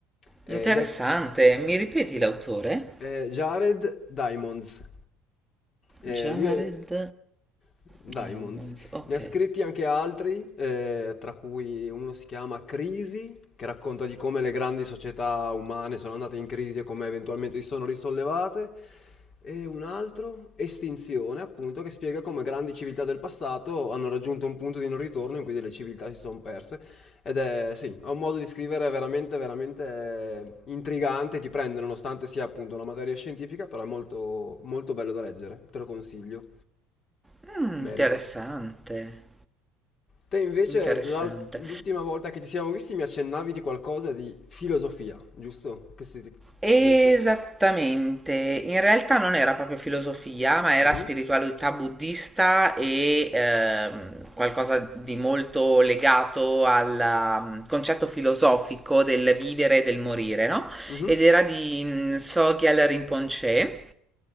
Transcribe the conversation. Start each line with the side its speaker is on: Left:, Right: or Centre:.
Left: Eh,
Centre: Interessante.
Left: de-
Centre: Mi ripeti l'autore?
Left: eh, Jared Diamonds. Eh,
Centre: Jared
Left: lui è Diamonds.
Centre: Diamonds. Ok.
Left: Ne ha scritti anche altri, eh, tra cui uno si chiama Crisi, che racconta di come le grandi società umane sono andate in crisi e come eventualmente si sono risollevate. E un altro, Estinzione, appunto, che spiega come grandi civiltà del passato hanno raggiunto un punto di non ritorno in cui delle civiltà si sono perse. Ed è, sì, ha un modo di scrivere veramente, veramente intrigante, ti prende nonostante sia appunto una materia scientifica, però è molto, molto bello da leggere, te lo consiglio.
Centre: Mm,
Left: Merita.
Centre: interessante.
Left: Te invece
Centre: Interessante.
Left: l'al- l'ultima volta che ci siamo visti mi accennavi di qualcosa di filosofia, giusto? Che si...
Centre: Esattamente,
Left: Come inter-
Centre: in realtà non era proprio filosofia, ma era
Left: Mhm,
Centre: spiritualità buddista e ehm, qualcosa di molto legato al mm, concetto filosofico del vivere e del morire, no?
Left: mhm,
Centre: Ed era di mm, Sogyal Rinpoche